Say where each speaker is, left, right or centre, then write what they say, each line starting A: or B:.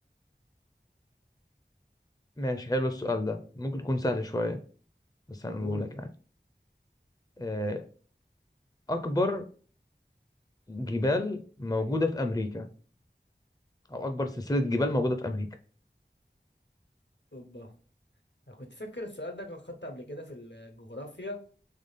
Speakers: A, on the left; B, on the left.
A: ماشي حلو السؤال ده ممكن تكون سهل شوية بس هنقوله
B: قوله
A: لك يعني آه أكبر جبال موجودة في أمريكا أو أكبر سلسلة جبال موجودة في أمريكا
B: اوبا انا كنت فاكر السؤال ده كان خدته قبل كده في الجغرافيا